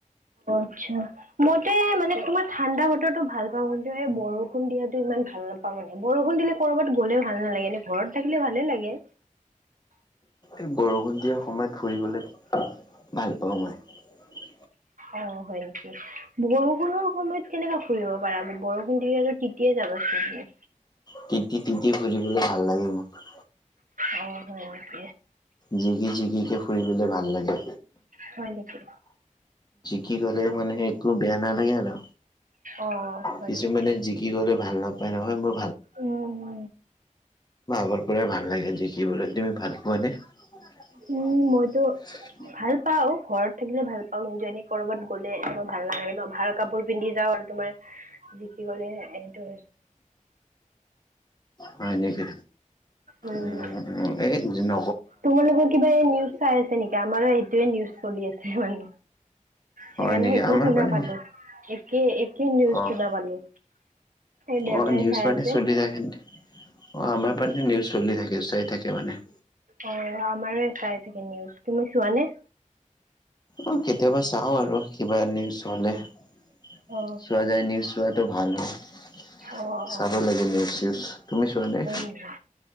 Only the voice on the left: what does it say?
এই বৰষুণ দিয়া সময়ত ফুৰিবলৈ ভাল পাওঁ মই
তিতি তিতি ফুৰিবলৈ ভাল লাগে মোক
জিকি জিকিকে ফুৰিবলৈ ভাল লাগে
কি ক'লে মানে একো বেয়া নালাগে আৰু
কিছুমানে
জিকি গলে ভাল নাপায় নহয় মোৰ
বৰ পৰা ভাল লাগে যে কি বো তুমি ভাল পোৱা নে <inaudible>
হয় নেকি
উ এই ন
হয় নেকি?
আমাৰ
মানে
অ',
অ নিউজ
মানে
চলি থাকে অ আমাৰ মানে নিউজ চলি থাকে চাই থাকে মানে। অ',
অ কেতিয়াবা চাওঁ আৰু কিবা এ নিউজ হ'লে চোৱা
যায় নিউজ। চোৱাটো ভাল হ'
চাব
লাগে নিউজ চউজ তুমি চোৱাানে?